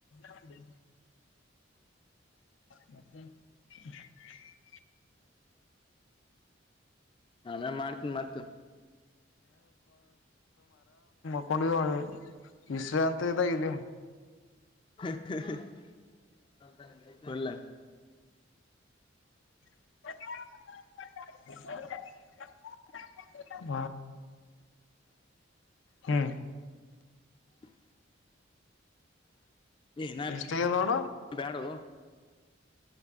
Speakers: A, on the left; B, on the left.
A: ಹ್ಮ್ <unintelligible>
B: ಆಮೇ ಮಾಡ್ತೀನ್ ಮತ್ತ
A: <inaudible> ವಿಶ್ರಾಂತ ಇದ ಇಲಿ
B: <inaudible>
A: <unintelligible> ಹಾ ಹ್ಮ್
B: <unintelligible> ಏನ
A: ಇಷ್ಟ ನೋಡ
B: ಬ್ಯಾಡು